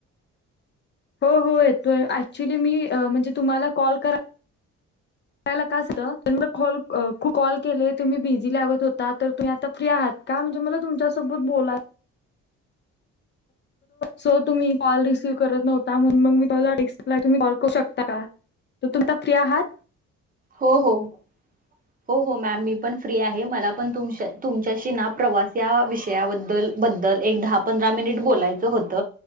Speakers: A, on the left (about 35°); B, on the right (about 30°).
A: हो हो येतोय ऍक्च्युली मी म्हणजे तुम्हाला कॉल करा यला का असतं तर मला कॉल कॉल केले तुम्ही बिझी लागत होता तर तुम्ही आता फ्री आहात काय म्हणजे मला तुमच्यासोबत बोलाय सो तुम्ही कॉल रिसीव्ह करत नव्हता म्हणून मग मी तला डस्कला तुम्ही कॉल करू शकता त तुमही फ्री आहात
B: हो हो हो हो हो मॅम मी पण फ्री आहे मला पण तुमच्याशी ना प्रवास या विषयाबद्दल बद्दल एक दहा पंध मिनिट बोलायचं होत